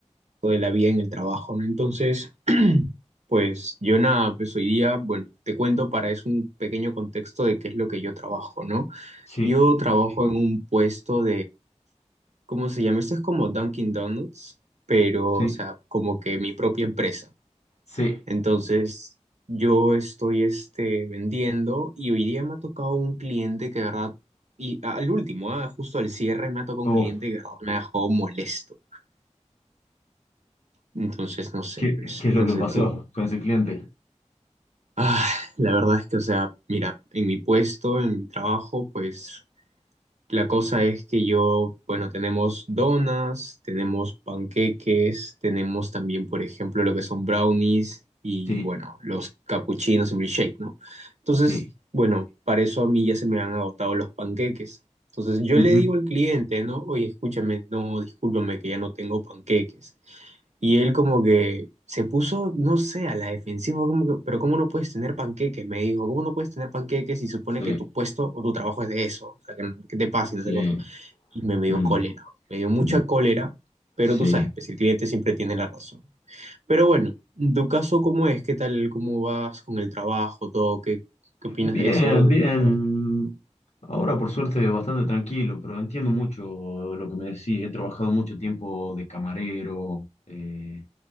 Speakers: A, on the right (about 70°); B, on the left (about 65°).
A: toda la vida en el trabajo, ¿no? Entonces, <clears throat> pues yo nada, pues hoy día, bueno, te cuento para es un pequeño contexto de qué es lo que yo trabajo, ¿no?
B: sí,
A: Yo trabajo en un puesto ¿cómo se llama? Esto es como Dunkin' Donuts, pero,
B: sí,
A: o sea, como que mi propia empresa.
B: sí.
A: Entonces, yo estoy este, vendiendo y hoy día me ha tocado un cliente que, de verdad, y a- al último, ah, justo al cierre, me ha tocado un
B: Oh,
A: cliente que, de verdad, me ha dejado molesto. Entonces, no sé,
B: ¿qué,
A: pues,
B: qué es lo
A: no
B: que
A: sé
B: pasó
A: tú.
B: con ese cliente?
A: Ah, la verdad es que, o sea, mira, en mi puesto, en mi trabajo, pues. La cosa es que yo, bueno, tenemos donas, tenemos panqueques, tenemos también, por ejemplo, lo que son brownies y,
B: Sí,
A: bueno, los capuchinos y milkshake, ¿no? Entonces,
B: sí,
A: bueno, para eso a mí ya se me han agotado los panqueques. Entonces yo
B: ujú,
A: le digo al cliente, ¿no? Oye, escúchame, no, discúlpame que ya no tengo panqueques. Y él como que se puso, no sé, a la defensiva, como que, pero ¿cómo no puedes tener panqueques? Me dijo, ¿cómo no puedes tener panqueques si supone
B: Sí,
A: que tu puesto o tu trabajo es de eso? O sea, que, no, que te pasa
B: sí,
A: y no sé qué cosa. Y me, me
B: mm,
A: dio cólera, me dio mucha
B: ujú,
A: cólera, pero
B: sí,
A: tú sabes, pues el cliente siempre tiene la razón. Pero bueno, en tu caso, ¿cómo es? ¿Qué tal? ¿Cómo vas con el trabajo? Todo? ¿Qué, qué opinas
B: Bien,
A: de eso, de
B: bien.
A: tu trabajo?
B: Ahora por suerte bastante tranquilo, pero entiendo mucho lo que me decís. He trabajado mucho tiempo de camarero, eh,